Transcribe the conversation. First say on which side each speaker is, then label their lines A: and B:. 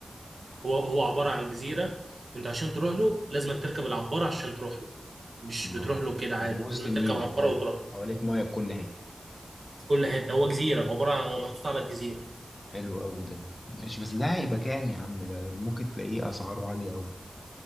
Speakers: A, on the right; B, on the left.
A: هو هو عبارة عن جزيرة انت عشان تروح له لازم تركب العبارة عشان تروح له مش
B: آه.
A: بتروح له كده عادي
B: يعني وسط
A: لازم
B: النيل
A: تركب عبارة
B: حوال
A: وتروح له
B: حواليك ميه في كل حته
A: في كل حتة هو جزيرة عبارة عن هو محطوط على الجزيرة
B: حلو قوي ده ماشي بس ده هيبقى كام يا عم ده ممكن تلاقيه اسعاره عاليه قوي